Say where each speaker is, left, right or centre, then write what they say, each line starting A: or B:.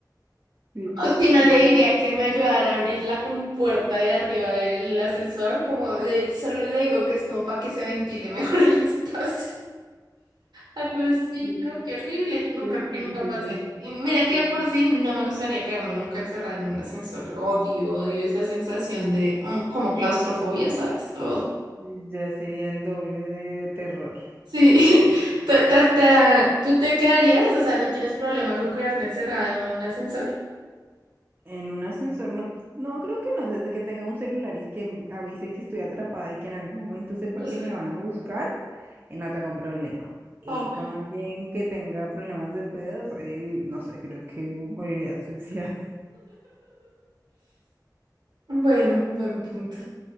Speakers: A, on the right; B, on the right.
A: Sí,
B: O si no,
A: sí,
B: le
A: creo
B: diría
A: que
B: que me ayudara a abrir la compuerta de arriba del ascensor, como de, solo le digo que es como para que se ventile mejor el <laughs> espacio. Algo así,
A: sí,
B: no, qué horrible. Nunca,
A: creo que
B: que
A: sí,
B: nunca
A: yo
B: pasé.
A: ya,
B: Y Mira
A: yo-
B: que de por sí no me gustaría quedarme nunca encerrada en un ascensor. Odio, odio esa sensación de mm, como claustrofobia, ¿sabes? Oh,
A: yo ya sería el doble de, de terror.
B: sí. <laughs> ¿Tú, te te- tú te quedarías? O sea, ¿no tienes problema con quedarte encerrada en un ascensor?
A: En un ascensor, no, no, creo que no, desde que tenga un celular y que avise que estoy atrapada y que en algún momento sepa
B: <laughs>
A: que me van a buscar, eh, no tengo problema. Eh,
B: Ok.
A: con alguien que tenga problemas de pedos, eh, no sé, creo que moriría asfixiada.
B: Bueno, buen punto.